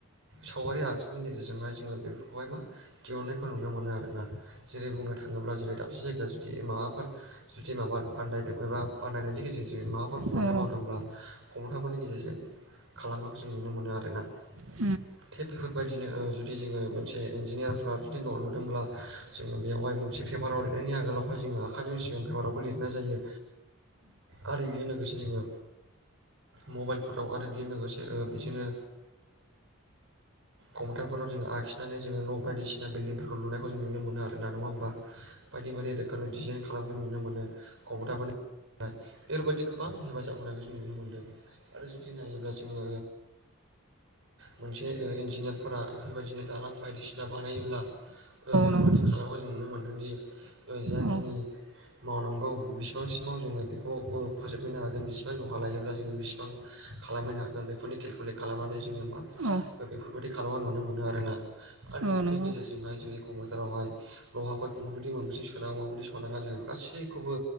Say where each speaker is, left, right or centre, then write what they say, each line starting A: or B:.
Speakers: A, on the right; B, on the right.
A: सावगारि आखिनायनि गेजेरजों हाय बेफोरखौहाय मा दिहुननायखौ नुनो मोनो आरो ना जेरै बुंनो थाङोब्ला जेरै दाबसे जायगाया जुदि माबाफोर जुदि माबा आदायदों एबा आन्दायनायनि गेजेरजों माबाफोर हरनो
B: औ
A: मावदोंब्ला
B: औ
A: कम्फिउटारफोरनि गेजेरजों खालामनायखौ जों नुनो मोनो आरो ना
B: औ
A: थिग बेफोर बेबायदिनो जुदि जोङो मोनसे इन्जिनियारफ्रा जुदि न' लुदोंब्ला जोङो बेयावहाय मोनसे पेपाराव लिरनायनि आगोलावहाय जोङो आखाइजों सिगां पेपाराव बो लिरनाय जायो। आरो बेजों लोगोसे जोङो मबाइलफोर आरो बेजों लोगोसे ओ‌ बेजोंनो कम्पिउटारफोराव जोङो आखिनानै जोङो न' बायदिसिना बिल्दिंफोरखौ लुनायखौ जों नुनो मोनो नङा होमबा। बायदि बायदि रोखोमनि डिजाइन खालामखौ नुनो मोनो कम्पिउटारफोरनि बेफोरबायदि गोबां हेफाजाब होनाय जों नुनो मोनदों। आरो जुदि नायोब्ला जोङो मोनसे ओ इन्जिनियारफोरा बेफोरबायदिनो दालां बायदिसिना बानायोब्ला ओ बेफोरबायदि
B: नंगौ
A: खालामाखै जों नुनो मोनदों दि ओ जाखिनि
B: औ
A: मावनांगौ बिसिबां सिमाव जोङो बेखौ ओ फोजोबहैनो हागोन बिसिबां ज'खा लायोब्ला बिस बां खालामहैनो हागोन बेफोरनि केलकुलेट खालामनानै जोङो मा
B: औ
A: ओ बेफोरबायदि खालामा नुनो मोनो आरोना आरो
B: औ
A: बेफोरनि
B: नंगौ
A: गेजेरजोंहाय जुरै <unintelligible> जारावहाय लहाफोरखौ माबायदि माबायदि सोनांगो माबायदि सनाङा जोङो गासैखौबो